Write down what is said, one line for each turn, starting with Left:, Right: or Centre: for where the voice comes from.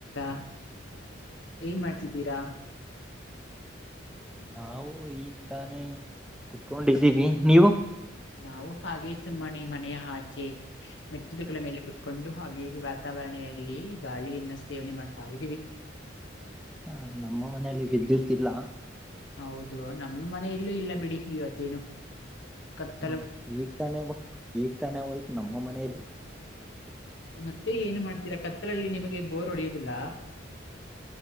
Left: ಅಾ ಏನ್ ಮಾಡ್ತಿದ್ದೀರಾ
Centre: ಹಾವು ಈ ತಾನೇ ಕುತ್ಕೊಂಡಿದ್ದೀವಿ ನೀವು
Left: ನಾವು ಹಾಗೇ ಸುಮ್ಮನೆಿ ಮನೆಯ ಆಚೆ ಮೆಚ್ಚಿದಗಳ ಮೇಲೆ ಕುೂತ್ಕೊಂಡು ಹಾಗೆ ವಾತಾವರಣೆಯಲ್ಲಿ ಗಾಳಿಯನ್ನ ಸೇವನೆ ಮಾಡ್ತಾ ಇದ್ದೀವಿ
Centre: ಹ ನಮ್ಮ ಮನೆಯಲ್ಲಿ ವಿದ್ಯುತ್ಲ್ಲ
Left: ಹೌದು ನಮ್ಮ ಮನೆಯಲ್ಲೂ ಇಲ್ಲ ಬಿಡಿ ಇವತ್ತೇನು ಕತ್ತಲು
Centre: ಹ ತಾನ ತಾನ ನಮ್ಮ ಮನೇೆಯಲ್ಲಿ.
Left: ಮತ್ತೆ ಏನು ಮಾಡ್ತೀರಾ ಕತ್ತಲಲ್ಲಿ ನಿಮಗೆ ಬೋರ್ ಹೊಡೆಯೋದಿಲ್ಲ.